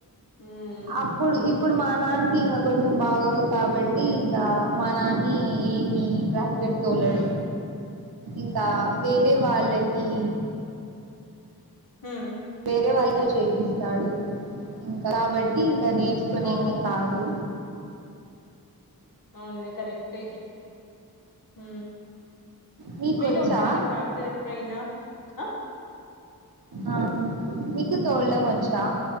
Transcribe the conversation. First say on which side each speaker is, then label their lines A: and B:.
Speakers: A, on the left (about 60°); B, on the right (about 75°).
A: మ్
B: అప్పుడు ఇ ఇప్పుడు మా నాన్నకి ఇంకా కొంచెం బాగోదు కాబట్టి ఇంకా మా నాన్న ఏమి ట్రాక్ట్ పెడు తళడు ఇంకా వేరే వాళ్ళకి
A: హ
B: వేరే వాళ్ళతో చేపిస్తాడు ఇంకా కాబట్టి ఇంకా నేర్చుకోనేకి
A: ఓ
B: కాదు
A: అవునులే కరెక్ట్ హ
B: మీకొచ్చా
A: మీరు ఒకసారి ట్రాక్టర్ ఎప్పుడైనా ఆ
B: ఆ మీకు తోల్డం వచ్చా